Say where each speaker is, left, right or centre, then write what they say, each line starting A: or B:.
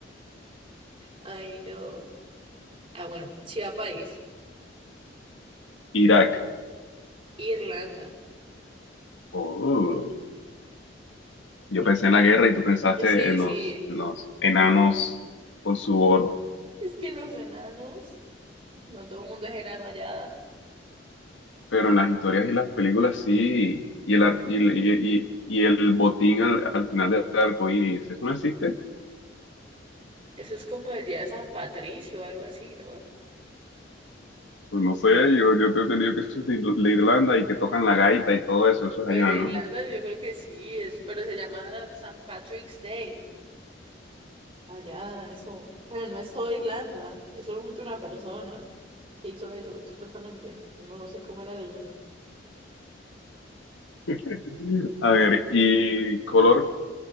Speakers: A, on the right; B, on the left.
A: Ay, no. Ah, bueno, ciudad, país.
B: Irak.
A: Irlanda.
B: Oh, Yo
A: Eh,
B: pensé en la guerra y tú pensaste
A: <laughs> Sí,
B: en los,
A: sí.
B: en los enanos con su oro.
A: Es que los enanos. No todo el mundo es enano allá.
B: Pero en las historias y las películas sí, y el,
A: No.
B: ar- y, el- y, y- y el botín al, al final del arco iris, ¿eso no existe?
A: Eso es como el día de San Patricio o algo así, ¿no?
B: Pues no sé, yo, yo te he entendido que eso es de, Ir- de Irlanda y que tocan la gaita y todo eso, eso
A: Pues
B: es allá,
A: de
B: ¿no?
A: Irlanda yo creo que sí, es, pero se llama San Patrick's Day. Allá, eso. Pero no es toda Irlanda, es solamente una persona que hizo eso, supuestamente. No, no sé cómo es la leyenda.
B: <laughs> A ver, y color